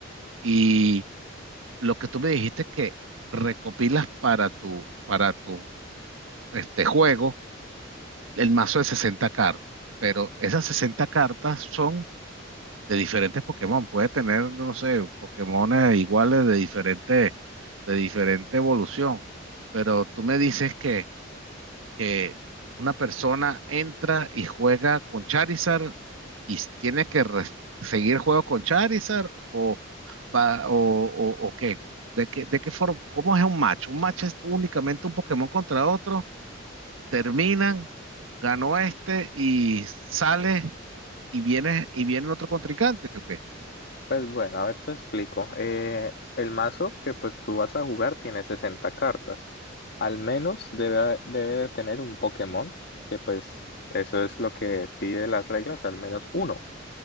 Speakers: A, on the right (about 85°); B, on the left (about 55°).
A: Y lo que tú me dijiste es que recopilas para tu, para tu este juego el mazo de 60 cartas, pero esas 60 cartas son de diferentes Pokémon. Puedes tener, no sé, Pokémones iguales de diferente, de diferente evolución. Pero tú me dices que, que una persona entra y juega con Charizard y tiene que res- seguir el juego con Charizard o, va- o, o, o qué. ¿De qué, de qué forma? ¿Cómo es un match? Un match es únicamente un Pokémon contra otro. Terminan, ganó este y sale y viene y viene el otro contrincante. ¿ok?
B: Pues bueno, a ver, te explico. Eh, el mazo que pues tú vas a jugar tiene 60 cartas. Al menos debe, debe de tener un Pokémon, que pues eso es lo que pide las reglas, al menos uno.